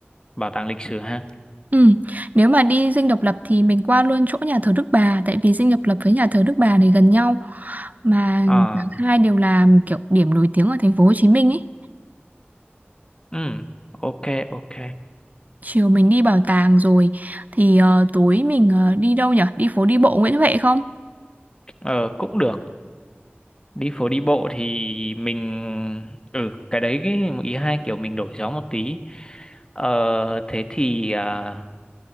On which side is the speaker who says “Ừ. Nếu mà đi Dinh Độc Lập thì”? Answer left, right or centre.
Right